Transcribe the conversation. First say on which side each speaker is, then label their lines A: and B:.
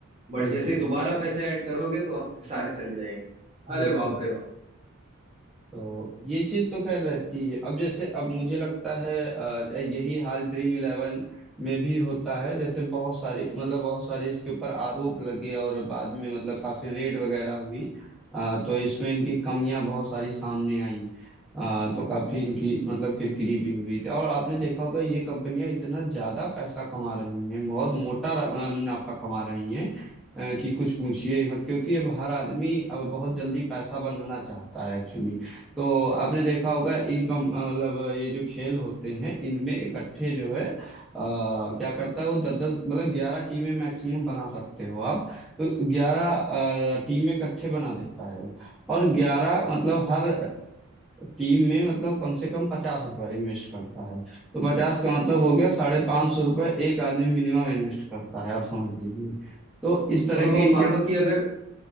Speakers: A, on the right; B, in the centre.
A: बट
B: बिल्कुल
A: जैसे ही दोबारा पैसे ऐड करोगे तो आपके सारे चले जाएंगे
B: बिल्कुल
A: अरे बाप
B: बिल्कुल
A: रे बाप
B: तो ये चीज तो खैर रहती है अब जैसे अब मुझे लगता है अ, यही हाल ड्रीम इलेवन में भी होता है जैसे बहुत सारे मतलब बहुत सारे इसके ऊपर आरोप लगे और बाद में मतलब काफी रेड वगैरह हुई अ, तो इसमें इनकी कमियां बहुत सारी सामने आई अ, तो काफी इनकी मतलब किरकिरी भी हुई थी और आपने देखा होगा ये कंपनियां इतना ज्यादा पैसा कमा रही हैं बहुत मोटा र- अ, मुनाफा कमा रही हैं अ, कि कुछ पूछिए ही मत क्योंकि अब हर आदमी अब बहुत जल्दी पैसा बनाना चाहता है एक्चुअली तो आपने देखा होगा इनकम मतलब ये जो खेल होते हैं इनमें इकट्ठे जो है आ, क्या करता है वो दस दस मतलब ग्यारह टीमें मैक्सिमम बना सकते हो आप तो ग्यारह टीमें इकट्ठे बना देता है वो। और ग्यारह मतलब हर टीम में मतलब कम से कम पचास रुपए इन्वेस्ट करता है तो पचास का मतलब हो गया साढ़े पांच सौ रुपए एक आदमी मिनिमम इन्वेस्ट करता है आप समझ लीजिए तो इस तरह
A: मतलब
B: के
A: अब
B: इनके
A: मानो कि अगर